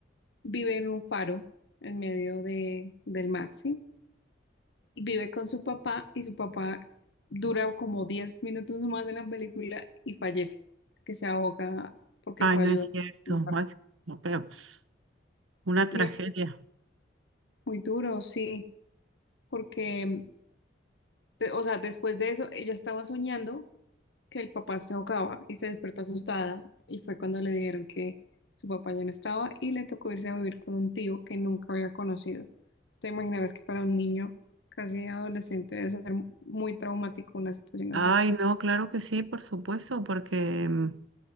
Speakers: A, on the left; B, on the right.
A: vive en un faro en medio de, del mar, ¿sí? Y vive con su papá y su papá dura como 10 minutos más de la película y fallece, que se ahoga porque
B: Ay,
A: fue
B: no
A: ayudado.
B: es cierto.
A: por un barco.
B: Ay, no, pero pues, una tragedia.
A: Muy, muy duro, sí, porque, de- o sea, después de eso, ella estaba soñando que el papá se ahogaba y se despertó asustada y fue cuando le dijeron que su papá ya no estaba y le tocó irse a vivir con un tío que nunca había conocido. Entonces, Te imaginarás que para un niño casi adolescente debe ser muy traumático una situación así.
B: Ay, no, claro que sí, por supuesto, porque mm,